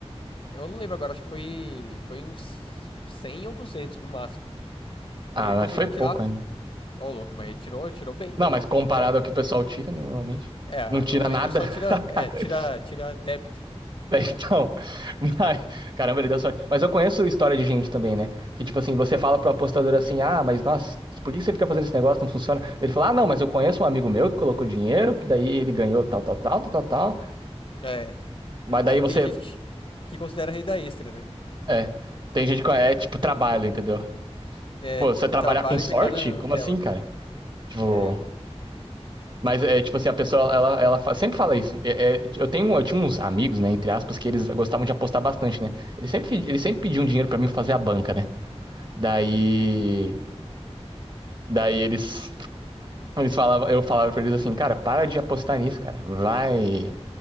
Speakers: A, on the left; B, on the right.
A: Eu não lembro agora, acho que foi, foi uns 100 ou 200 no máximo.
B: Ah,
A: E ele
B: mas
A: conseguiu
B: foi pouco
A: tirar.
B: ainda.
A: Ô, louco, mas ele tirou, ele tirou bem,
B: Não,
A: mano.
B: mas comparado
A: Só que,
B: ao que o pessoal tira, né, normalmente.
A: é,
B: Não tira
A: normalmente
B: nada.
A: o pessoal
B: <laughs>
A: tira, é, tira, tira débito, tá
B: Então,
A: ligado?
B: mas, caramba, ele deu sorte. Mas eu conheço história de gente também, né? Que tipo assim, você fala pro apostador assim: ah, mas nossa, por que você fica fazendo esse negócio? Não funciona. Ele fala: ah, não, mas eu conheço um amigo meu que colocou dinheiro, que daí ele ganhou tal, tal, tal, tal, tal. tal."
A: É,
B: Mas daí
A: aí
B: você.
A: tem gente que, que considera renda extra, né?
B: É. Tem gente que é é tipo trabalho, entendeu?
A: É,
B: Pô, você
A: o
B: trabalhar
A: trabalho
B: com sorte?
A: é clicar na
B: Como
A: tela.
B: assim, cara? Tipo.
A: É, mano.
B: Mas é tipo assim, a pessoa, ela, ela fa- sempre fala isso. É- é, eu tenho, eu tinha uns amigos, né, entre aspas, que eles gostavam de apostar bastante, né? Eles sempre, eles sempre pediam dinheiro pra mim fazer a banca, né? Daí, daí eles, eles falavam, eu falava pra eles assim, cara, para de apostar nisso, cara. Vai,